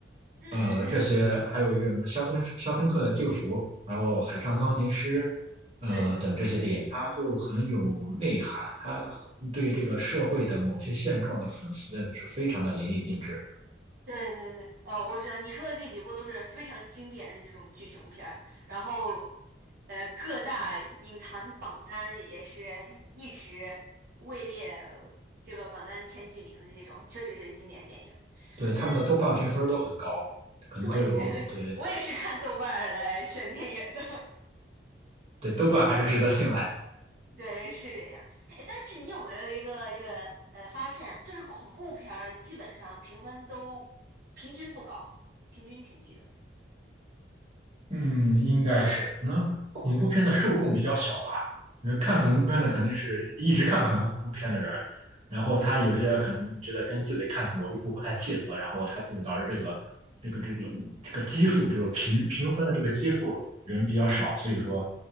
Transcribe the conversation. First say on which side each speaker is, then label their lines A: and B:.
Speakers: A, on the right; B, on the right.
A: 嗯嗯嗯
B: 呃，这些还有一个什么《肖申肖申克的救赎》，然后《海上钢琴师》，
A: 嗯。
B: 呃等这些电影，
A: 对
B: 它就很有内涵，它对这个社会的某些现状的讽刺真的是非常的淋漓尽致。
A: 对对对，呃，我知道你说的这几部都是非常经典的这种剧情片儿，然后，呃，各大影坛榜单也是一直位列呃这个榜单前几名的这种，确实是经典电影。
B: 对，他们的豆瓣评分都很高，
A: 嗯，
B: 可能都有，
A: 对，<laughs>
B: 对
A: 我也是看豆瓣儿来选电影的，
B: 对，豆瓣还是值得信赖的。
A: <laughs> 对，是这样。哎，但是你有没有一个这个呃发现，就是恐怖片儿基本上评分都平均不高，平均挺低的。
B: 嗯，应该是，可能恐怖片的受众比较小吧，因为看恐怖片的肯定是一直看恐怖片的人，然后他有些可能觉得跟自己看的某一部不太契合，然后他就导致这个这个这个这个基数，这个评评分的这个基数人比较少，所以说